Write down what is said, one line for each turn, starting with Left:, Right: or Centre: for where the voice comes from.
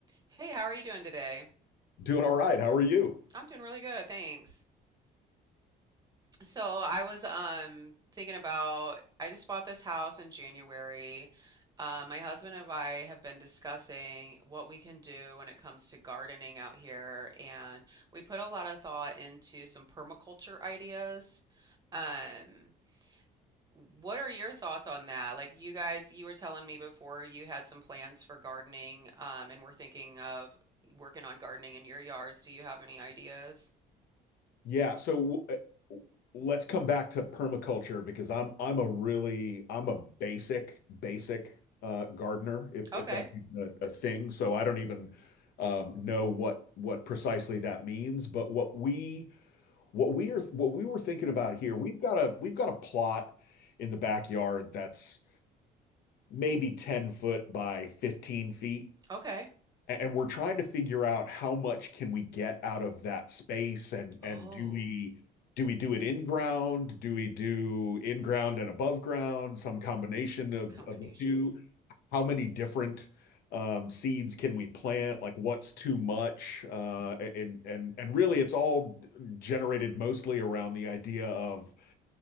Right: Hey, how are you doing today?
Left: Doing all right. How are you?
Right: I'm doing really good, thanks. So I was um thinking about I just bought this house in January. Uh, my husband and I have been discussing what we can do when it comes to gardening out here, and we put a lot of thought into some permaculture ideas. Um, what are your thoughts on that? Like you guys, you were telling me before you had some plans for gardening, um, and we're thinking of working on gardening in your yards. Do you have any ideas?
Left: Yeah, so uh, let's come back to permaculture because I'm I'm a really I'm a basic basic uh, gardener if
Right: Okay.
Left: if that's even a, a thing. So I don't even um, know what what precisely that means. But what we what we are what we were thinking about here, we've got a we've got a plot in the backyard that's maybe 10 foot by 15 feet.
Right: Okay.
Left: And, we're trying to figure out how much can we get out of that space and
Right: Oh,
Left: and do we do we do it in ground? Do we do in ground and above ground? Some combination
Right: it's
Left: of
Right: a combination.
Left: of the two? How many different um, seeds can we plant? Like what's too much? Uh, and and and really, it's all generated mostly around the idea of